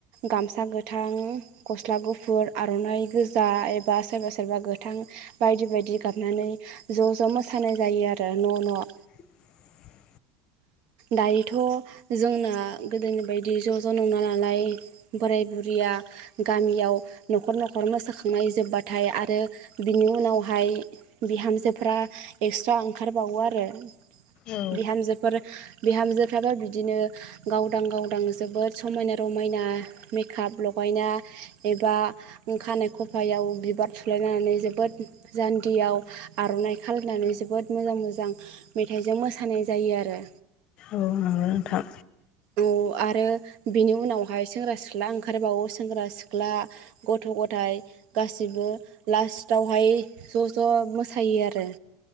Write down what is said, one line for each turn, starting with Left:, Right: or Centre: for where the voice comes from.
Right: गामसा गोथां गस्ला गुफुर आर'नाइ गोजा एबा सोरबा सोरबा गोथां बायदि बायदि गाबनानै ज' ज' मोसानाय जायो आरो न' न'
Left: <inaudible>
Right: दायोथ' जोंना गोदोनि बायदि ज' ज' नंला नालाय बोराय बुरिया गामियाव न'खर न'खर मोसाखांनाय जोबबाथाय आरो बिनि उनावहाय बिहामजोफ्रा एक्सट्रा ओंखारबावो आरो
Left: औ
Right: बिहामजोफोर बिहामजोफ्राबो बिदिनो गावदां गावदां जोबोद समायना रमायना मेकाप लगायना एबा खानायाइ खफायाव बिबार सुलायनानै जोबोद जान्दियाव आर'नाइ खालायनानै जोबोद मोजां मोजां मेथाइजों मोसानाय जायो आरो
Left: औ नंगौ नोंथां
Right: औ आरो बिनि उनावहाय सेंग्रा सिख्ला ओंखारबावो सेंग्रा सिख्ला गथ' गथाय गासिबो लास्टावहाय ज' ज' मोसायो आरो